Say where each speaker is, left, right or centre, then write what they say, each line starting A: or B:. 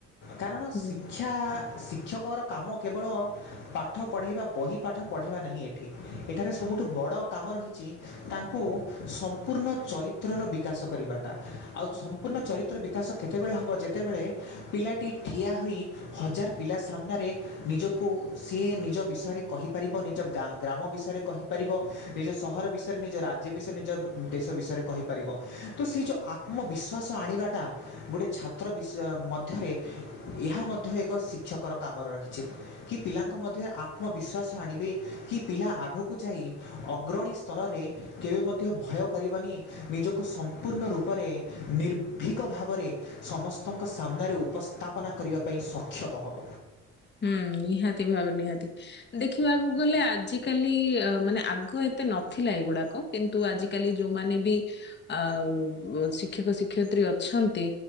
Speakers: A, on the left; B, on the left.
A: କାରଣ
B: ହୁଁ।
A: ଶିକ୍ଷିତା। କା ଶିକ୍ଷକର କାମ କେବଳ ପାଠ ପଢ଼େଇବା ବହି ପାଠ ପଢ଼ାଇବା ନାହିଁ ଏ ଠିକ୍ ଏଠାରେ
B: ହୁଁ
A: ସବୁ। ତ କାମ ରହିଛି ତାଙ୍କୁ ସମ୍ପୂର୍ଣ୍ଣ ଚରିତ୍ରର ବିକାଶ କରିବା। ଆଉ
B: ହୁଁ
A: ସମ୍ପୂର୍ଣ୍ଣ
B: ନିହାତି।
A: ଚରିତ୍ରର ବିକାଶ କେତେବେଳେ ହବ ଯେତେବେଳେ ପିଲାଟି ଠିଆ ହୋଇ ହଜାର ପିଲା ସାମ୍ନାରେ ନିଜକୁ ସିଏ ନିଜ ବିଷୟରେ କହିପାରିବ ନିଜ ଗା ଗ୍ରାମ ବିଷୟରେ କହି ପାରିବ ନିଜ ସହର ବିଷୟରେ ନିଜ ରାଜ୍ୟ ବିଷୟରେ ନିଜ ଦେଶ ବିଷୟରେ କହିପାରିବ ତୁ ସେ ଯୋ ଆତ୍ମ ବିଶ୍ୱାସ ଆଣିବାଟା ଗୋଟେ ଛାତ୍ର ବିଷୟ ମଧ୍ୟରେ ଏହା ମଧ୍ୟ ଏକ ଶିକ୍ଷକର କାମରେ ରହିଛି। କି ପିଲାଙ୍କ ମଧ୍ୟରେ ଆତ୍ମବିଶ୍ଵାସ ଆଣିବେ କି ପିଲା ଆଗକୁ କୁ ଯାଇ ଅଗ୍ରଣୀ ସ୍ତରରେ କେବେ ମଧ୍ୟ ଭୟ କରିବନି ନିଜକୁ ସମ୍ପୂର୍ଣ୍ଣ ରୂପରେ ନିର୍ଭୀକ ଭାବରେ। ସମସ୍ତଙ୍କ ସାମ୍ନାରେ ଉପସ୍ଥାପନା କରିବା ପାଇଁ ସକ୍ଷମ ହବ।
B: ହୁଁ ନିହାତି ଭାବରେ ନିହାତି। ଦେଖିବାକୁ ଗଲେ ଆଜିକାଲି ମାନେ ଆଗ ଏତେ ନଥିଲା ଏଇଗୁଡାକ। କିନ୍ତୁ ଆଜିକାଲି ଯୋଉମାନେ ବି ଆଉ ଶିକ୍ଷକ ଶିକ୍ଷୟତ୍ରୀ ଅଛନ୍ତି।